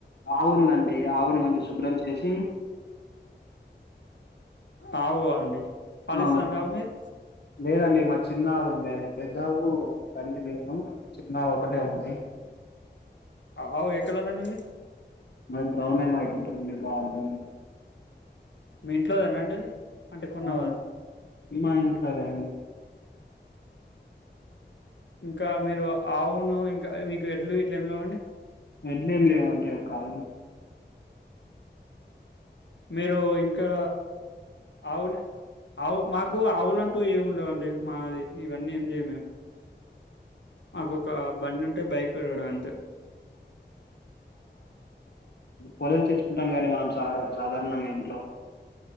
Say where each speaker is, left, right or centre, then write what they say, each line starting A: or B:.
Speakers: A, on the left (about 65°); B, on the left (about 85°).
A: ఆవుందండి ఆవుని మంచి శుభ్రం చేసి
B: ఆవు ఆహ్ అండి పాలిస్తాదండి
A: ఆ
B: ఆవుమీది
A: లేదండి మాది చిన్న ఆవు మరి పెద్ద ఆవు తల్లి లేదు చిన్న ఆవు ఒకటే ఉంది
B: ఆవు ఎ కలర్ అండి మీది
A: మాది బ్రౌన్ ఆండ్ వైట్ ఉంటదండి బాగుంటుంది
B: మీ ఇంట్లోదేనండి అది అంటే కొన్నావా
A: అవును, మా ఎనకలే అండి
B: ఇంకా మీరు ఆవును ఇంకా మీకు ఎడ్లు ఇట్ల ఏమ్ లేవ అండి
A: ఎడ్లేం లేవ్ అండి ఒక ఆవే
B: మీరు ఇంకా అవును ఔ మాకు ఆవులంటూ ఏం ఉండవండి మాది ఇవన్నీ ఏం చేయం మేం నాకొక బండి ఉం టే బైకు కూడా అంతే
A: పోళీలు చేసుకుంటాంగా అండి మనం సా సాధారణంగా ఇంట్లో